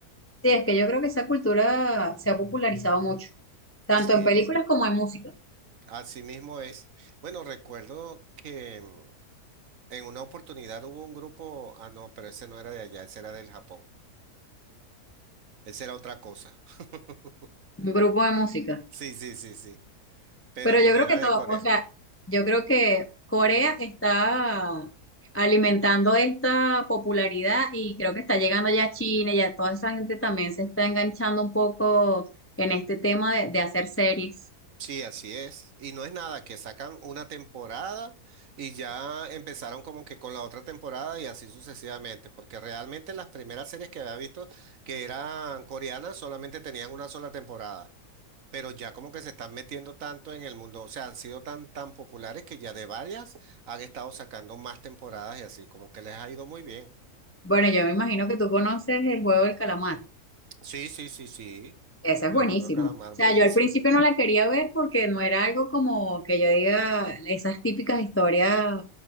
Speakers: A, on the left (about 20°); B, on the right (about 60°).
A: Sí, es que yo creo que esa cultura se ha popularizado mucho, tanto
B: Sí.
A: en películas como en música,
B: Así mismo es. Bueno, recuerdo que mm, en una oportunidad hubo un grupo, ah, no, pero ese no era de allá, ese era del Japón, ese era otra cosa. <laughs>
A: un grupo de música.
B: Sí, sí, sí, sí, pero
A: Pero
B: no
A: yo creo
B: era
A: que
B: de
A: todo,
B: Corea.
A: o sea, yo creo que Corea está alimentando esta popularidad y creo que está llegando ya a China, ya toda esa gente también se está enganchando un poco en este tema de, de hacer series.
B: Sí, así es. Y no es nada, que sacan una temporada y ya empezaron como que con la otra temporada y así sucesivamente, porque realmente las primeras series que había visto que eran coreanas solamente tenían una sola temporada, pero ya como que se están metiendo tanto en el mundo, o sea, han sido tan, tan populares que ya de varias han estado sacando más temporadas y así, como que les ha ido muy bien.
A: Bueno, yo me imagino que tú conoces el juego del calamar.
B: Sí, sí, sí, sí.
A: Esa es
B: El
A: buenísima.
B: juego de calamar,
A: O sea,
B: buenísimo.
A: yo al principio no la quería ver porque no era algo como que yo diga esas típicas historias